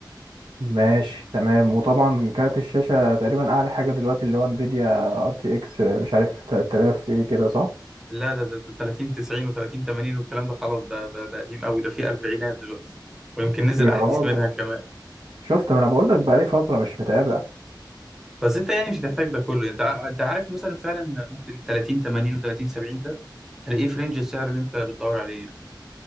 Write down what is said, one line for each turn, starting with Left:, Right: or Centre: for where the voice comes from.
Right: ماشي تمام وطبعا كارت الشاشة تقريبا اعلى حاجة دلوقتي اللي هو انفيديا ار تي اكس مش عارف 3000 ايه كده صح
Centre: لا ده ده ده 30 90 و30 80 والكلام ده خلاص ده ده ده قديم قوي ده فيه أربعينات دلوقتي ويمكن نزل
Right: يا
Centre: أحدث
Right: راجل
Centre: منها كمان
Right: شفت ما انا بقول لك بقالي فترة مش متابع
Centre: بس انت يعني مش هتحتاج ده كله انت ع- انت عارف مثلا فعلا ممكن 30 80 و30 70 ده تلاقيه في رينج السعر اللي انت بتدور عليه يعني.